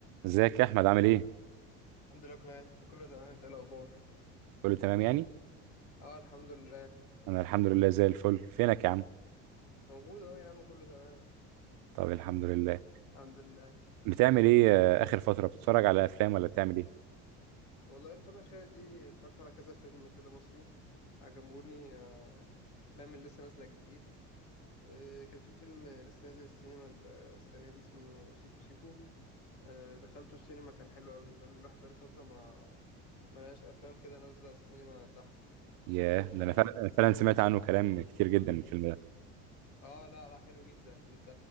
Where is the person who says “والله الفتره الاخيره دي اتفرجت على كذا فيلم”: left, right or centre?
Left